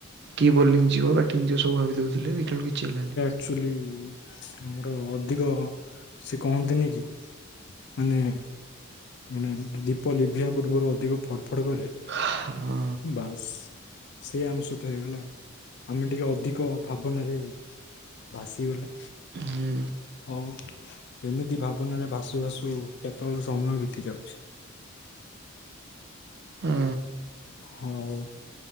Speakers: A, on the right (about 50°); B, on the left (about 50°).
A: କି ବୋଲିଂ ଯିବ ବ୍ୟାଟିଂ ଯିବ ସବୁ ଭାବି ଦଉଥି ଦେଖିଲା ବେଳକୁ କିଛିିହେଲାନି।
B: ଆଚୁଆଲି ଆମର ଅଧିକ ସେ କହନ୍ତିନି କି? ମାନେ ମାନେ ଦୀପ ଲିଭିବା ପୂର୍ବରୁ ଅଧିକ ଫଡ ଫଡ କରେ।
A: ହା ହୁଁ
B: ବାସ୍ ସେଇ ଆମ ସହିତ ହେଇଗଲା ଆଉ ଆମେ ଟିକେ ଅଧିକ ଭାବନାରେ ଭାସିଗଲେ
A: ହୁଁ
B: ହୋଉ। ଏମିତି ଭାବନାରେ ଭାସୁ ଭାସୁ କେତେବେଳେ ସମୟ ବିତି ଯାଉଛି।
A: ହଁ
B: ହୋଉ।